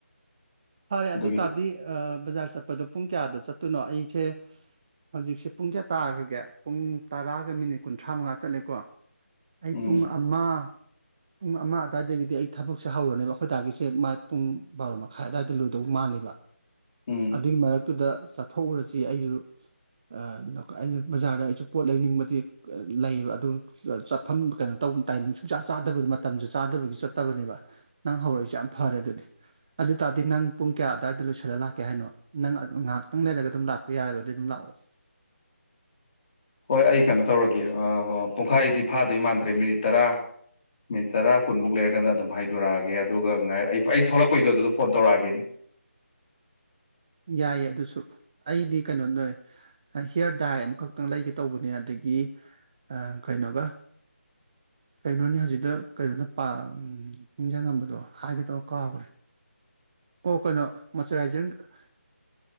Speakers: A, on the right; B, on the left.
A: ꯐꯔꯦ
B: ꯑꯗꯨꯒꯤꯅꯤ
A: ꯑꯗꯨ ꯇꯥꯔꯗꯤ ꯕꯖꯥꯔ ꯆꯠꯄꯗꯣ ꯄꯨꯡ ꯀꯌꯥꯗ ꯆꯠꯇꯣꯏꯅꯣ ꯑꯩꯁꯦ ꯍꯧꯖꯤꯛꯁꯦ ꯄꯨꯡ ꯀꯌꯥ ꯇꯥꯈ꯭ꯔꯒꯦ ꯄꯨꯡ ꯇꯔꯥꯒ ꯃꯤꯅꯤꯠ ꯀꯨꯟꯊ꯭ꯔꯥ ꯃꯉꯥ ꯆꯠꯂꯦꯀꯣ ꯑꯩ
B: ꯎꯝ
A: ꯄꯨꯡ ꯑꯃ ꯄꯨꯡ ꯑꯃ ꯑꯗꯨꯋꯥꯏꯗ ꯒꯤꯗꯤ ꯑꯩ ꯊꯕꯛꯁꯦ ꯍꯧꯔꯅꯦꯕ ꯑꯩꯈꯣꯏ ꯗꯥꯒꯤꯁꯦ ꯃꯥꯢ ꯄꯨꯡ ꯕꯥꯔꯣ ꯃꯈꯥꯏ ꯑꯗꯋꯥꯏ ꯗ ꯂꯣꯏꯗꯧ ꯃꯥꯜꯂꯦꯕ
B: ꯎꯝ
A: ꯑꯗꯨꯒꯤ ꯃꯔꯛꯇꯨꯗ ꯆꯠꯊꯣꯛꯎꯔꯁꯤ ꯑꯩꯁꯨ ꯑ ꯑꯩꯁꯨ ꯕꯖꯥꯔꯗ ꯑꯩꯁꯨ ꯄꯣꯠ ꯂꯩꯅꯤꯡꯕꯗꯤ ꯂꯩꯕ ꯑꯗꯨ ꯆꯠꯐꯝ ꯀꯩꯅꯣ ꯇꯧ ꯇꯥꯏꯃꯤꯡ ꯁꯨꯡꯆꯥ ꯆꯥꯗꯕꯗ ꯃꯇꯝꯁꯨ ꯆꯥꯗꯕꯒꯤ ꯆꯠꯇꯕꯅꯦꯕ ꯅꯪ ꯍꯧꯔꯛꯏꯁꯦ ꯌꯥꯝ ꯐꯔꯦ ꯑꯗꯨꯗꯤ ꯑꯗꯨꯇꯥ ꯗꯤ ꯅꯪ ꯄꯨꯡ ꯀꯌꯥ ꯑꯗꯋꯥꯏꯗ ꯂꯣꯏꯁꯜꯂ ꯂꯥꯛꯀꯦ ꯍꯥꯏꯅꯣ ꯅꯪ ꯉꯥꯏꯍꯥꯛꯇꯪ ꯂꯩꯔꯒ ꯑꯗꯨꯝ ꯂꯥꯛꯄ ꯌꯥꯔꯒꯗꯤ ꯑꯗꯨꯝ ꯂꯥꯛꯑꯣ
B: ꯍꯣꯏ ꯑꯩ ꯀꯩꯅꯣ ꯇꯧꯔꯒꯦ ꯑꯥ ꯄꯨꯡꯈꯥꯏꯗꯤ ꯐꯥꯗꯣꯏ ꯃꯥꯟꯗ꯭ꯔꯦ ꯃꯤꯅꯤꯠ ꯇꯔꯥ ꯃꯤꯅꯤꯠ ꯇꯔꯥ ꯀꯨꯟꯃꯨꯛ ꯂꯩꯔꯀꯥꯟꯗ ꯑꯗꯨꯝ ꯍꯥꯏꯗꯣꯔꯛꯑꯒꯦ ꯑꯗꯨꯒ ꯑꯩ ꯊꯣꯛꯂꯛꯄꯩꯗꯣ ꯑꯗꯨꯗ ꯐꯣꯟ ꯇꯧꯔꯛꯑꯒꯦꯅꯦ
A: ꯌꯥꯏꯌꯦ ꯑꯗꯨꯁꯨ ꯑꯩꯗꯤ ꯀꯩꯅꯣ ꯅꯣꯏ ꯍꯤꯌꯥꯔ ꯗꯥꯏ ꯑꯃꯈꯛꯇꯪ ꯂꯩꯒꯦ ꯇꯧꯕꯅꯦ ꯑꯗꯒꯤ ꯑ ꯀꯩꯅꯣꯒ ꯀꯩꯅꯣꯅꯤ ꯍꯧꯖꯤꯛꯗ ꯀꯩꯅꯣꯅꯄꯥ ꯅꯤꯡꯁꯤꯡꯉꯝꯕꯗꯣ ꯍꯥꯏꯒꯦ ꯊꯧꯔ ꯀꯥꯎꯈ꯭ꯔꯦ ꯑꯣ ꯀꯩꯅꯣ ꯃꯣꯏꯆꯔꯥꯏꯖꯔ